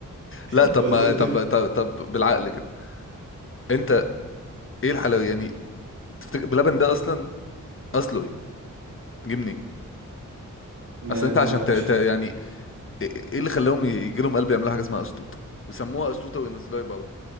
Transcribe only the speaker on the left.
لا طب
ما
طب طب, طب بالعقل كده انت ايه الحلو يعني تفتكر بلبن ده اصلا اصله ايه جه منين
اصل انت
عشان
ت...
ت... يعني ايه إيه اللي خلاهم يجي لهم قلب يعملوا حاجه اسمها اشطوطه ويسموها اشطوطه وينزلوها يبيعوها